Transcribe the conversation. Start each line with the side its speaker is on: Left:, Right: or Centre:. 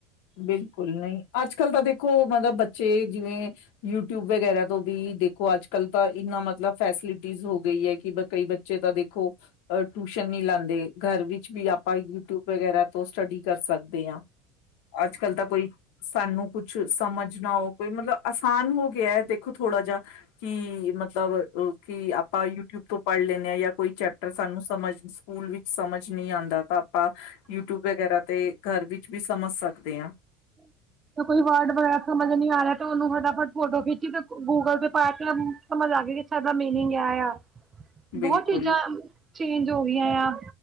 Left: ਬਿਲਕੁਲ ਨਹੀਂ ਅੱਜ ਕੱਲ ਤਾਂ ਦੇਖੋ ਮਤਲਬ ਬੱਚੇ ਜਿਵੇਂ ਯੂਟਿਊਬ ਵਗੈਰਾ ਤੋਂ ਵੀ ਦੇਖੋ ਅੱਜ ਕਲ ਤਾਂ ਇਨਾ ਮਤਲਬ ਫੈਸਿਲਿਟੀਸ ਹੋ ਗਈ ਏ ਕਿ ਕਈ ਬੱਚੇ ਤਾਂ ਦੇਖੋ ਅ ਟਿਊਸ਼ਨ ਨਹੀਂ ਲਾਦੇ ਘਰ ਵਿੱ ਵੀ ਆਪਾਂ ਯੂਟਿਊਬ ਵਗੈਰਾ ਤੋਂ ਸਟੱਡੀ ਕਰ ਸਕ <unintelligible> ਅੱਜ ਕਲ ਤਾਂ ਕੋਈ ਸਾਨੂੰ ਕੁ ਕੁਛ ਸਮਝਨਾ ੳ ਕੋਈ ਮਤਲਬ ਅਸਾਨ ਹੋ ਗਿਆ ਏ ਦੇਖੋ ਥੋੜਾ ਜਾ ਕਿ ਮਤਲਬ ਕਿ ਆਪਾਂ ਯੂਟਿਊਬ ਤੋਂ ਪੜ੍ਹ ਲੈਂਨੇ ਆ ਯਾ ਕੋਈ ਚੈਪਟਰ ਸਾਨੂੰ ਸਮਝ ਸਕੂਲ ਵਿੱਚ ਸਮਝ ਨਹੀਂ ਆਂਦਾ ਤਾਂ ਪਾਂ ਯੂਟਿਊਬ ਵਗੈਰਾ ਤੇ ਘਰ ਵਿੱਚ ਵੀ ਸਮੱਸਾ ਦੇ ਆ
Right: ਕੋਈ ਵਰਡ ਵਗੈਰਾ ਸਮਝ ਨੀ ਆ ਰਿਆ ਤੇ ਉਹਨੂੰ ਫਟਾਫਟ ਫੋਟੋ ਖਿੱਚੀ ਤੇ ਗੂਗਲ ਤੇ ਪਾ ਕੇ ਸਮਝ ਆਜੇ ਗੀ ਕਿ ਸਾਡਾ ਮੀਨਿੰਗ ਏ ਯਾ ਬਹੁਤ
Left: ਬਿਲਕੁਲ
Right: ਚੀਜ਼ਾਂ ਚੇਂਜ ਹੋ ਗਈਆਂ ਆ।